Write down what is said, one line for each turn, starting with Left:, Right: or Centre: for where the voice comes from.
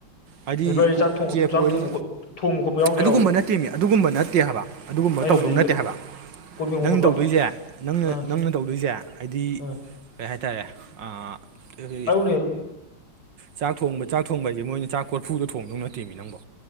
Right: ꯍꯥꯏꯗꯤ
Left: ꯑꯗꯨ ꯚꯥꯏ
Right: ꯀꯨ
Left: ꯆꯥꯛ ꯊꯣꯡ
Right: ꯀꯦꯞ
Left: ꯆꯥꯛ
Right: ꯑꯣꯏꯔꯤ
Left: ꯊꯣꯡꯕ ꯈꯣꯠ ꯊꯣꯡꯕ ꯈꯣꯠꯄ ꯌꯥꯎꯗꯣꯏꯔꯣ
Right: ꯑꯗꯨꯒꯨꯝꯕ ꯅꯠꯇꯦꯃꯤ ꯑꯗꯨꯒꯨꯝꯕ ꯅꯠꯇꯦ ꯍꯥꯏꯕ ꯑꯗꯨꯒꯨꯝꯕ
Left: ꯑꯩꯅꯕꯨꯗꯤ
Right: ꯇꯧꯗꯧ ꯅꯠꯇꯦ
Left: ꯀꯩ
Right: ꯍꯥꯏꯕ
Left: ꯀꯣꯟ ꯐꯦꯡꯕ
Right: ꯅꯪ
Left: ꯈꯣꯠꯄ
Right: ꯇꯧꯗꯣꯏꯁꯦ ꯅꯪꯅ
Left: ꯑꯥ
Right: ꯅꯪꯅ ꯇꯧꯗꯣꯏꯁꯦ ꯍꯥꯏꯗꯤ
Left: ꯑꯥ
Right: ꯀꯩ ꯍꯥꯏꯇꯥꯔꯦ ꯑꯩꯈꯣꯏꯒꯤ
Left: ꯑꯣꯏꯔꯝ
Right: ꯆꯥꯛ ꯊꯣꯡꯕ ꯆꯥꯛ ꯊꯣꯡꯕ ꯍꯥꯏꯁꯦ ꯃꯣꯏꯅ ꯆꯥꯛ ꯀꯣꯔꯐꯨꯗ ꯊꯣꯡꯗꯧ ꯅꯠꯇꯦꯃꯤ ꯅꯪꯕꯣ